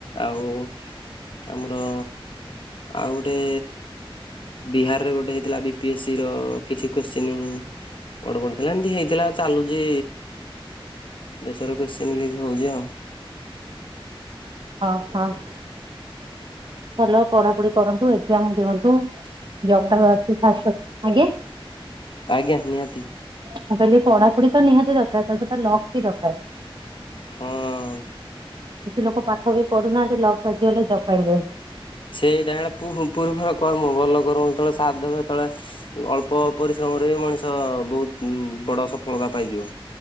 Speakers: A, on the left; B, on the right.
A: ଆଉ। ଆମର ଆଉ ଗୋଟେ। ବିହାରରେ ଗୋଟେ ହେଇଥିଲା ବି ପି ଏସ୍ ସି ର କିଛି କୋସଚିନ ବଡ ବଡ ଥିଲା ଏମିତି ହେଇଥିଲା ଚାଲୁଛି। ଦେଶର କୋଶ୍ଚିନ ଲିକି ହଉଛି ଆଉ।
B: ହଁ ହଁ। ଭଲ ପଢାପଢି କରନ୍ତୁ ଏକଜାମ ଦିଅନ୍ତୁ। ଜବଟା ଆଶୁଚି <unintelligible> ଆଜ୍ଞା।
A: ଆଜ୍ଞା ନିହାତି।
B: ମୁଁ କହିଲି ପଢାପଢି ତ ନିହାତି ଦରକାର ତା ସହିତ ଲକ୍ ବି ଦରକାର।
A: ହଁ।
B: କିଛି ଲୋକ ପାଠ ବି ପଢୁନାହାନ୍ତି ଲକ ବାଜି ଗଲେ ଜବ ପାଇଯାଏ।
A: ସେଇଟା ହେ ପୂ-ପୂର୍ବର କର୍ମ ଭଲ କର୍ମ ଯେତବେଳେ ସାଦ ଦେବେ ହେତବେଳେ ଅଳ୍ପ ପରିଶ୍ରମରେ ମଣିଷ ବହୁତ ବଡ ସଫଳତା ପାଇଯିବ।